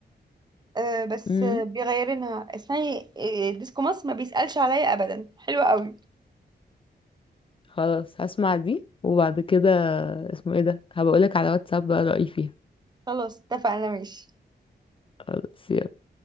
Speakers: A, on the right (about 25°); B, on the left (about 30°).
A: آه، بس
B: امم
A: آه، بيغيرينها اسمعي آه، ديسكو مصر ما بيسألش عليا ابدا حلوة قوي
B: خلاص هسمع دي وبعد كده اسمه ايه ده هبقولك على واتساب بقى رأيي فيها
A: خلاص اتفقنا ماشي
B: خلاص يلا